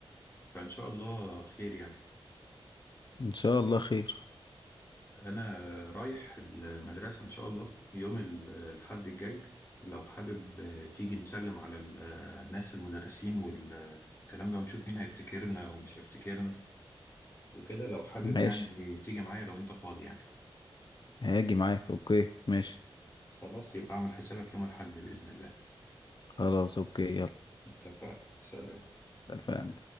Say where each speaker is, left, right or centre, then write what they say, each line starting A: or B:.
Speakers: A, on the left (about 25°); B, on the left (about 50°).
A: فان شاء الله خير يعني
B: ان شاء الله خير
A: انا رايح المدرسه ان شاء الله يوم ال- الحد الجاي لو حابب آه، تيجي نسلم على الناس المدرسين والكلام ده ونشوف مين هيفتكرنا ومش هيفتكرنا وكده لو حابب
B: ماشي
A: يعني تيجي معايا لو انت فاضي يعني
B: هاجي معاك اوكي ماشي
A: خلاص يبقى اعمل حسابك يوم الحد باذن الله
B: خلاص اوكي يلا
A: اتفقنا سلام
B: اتفقنا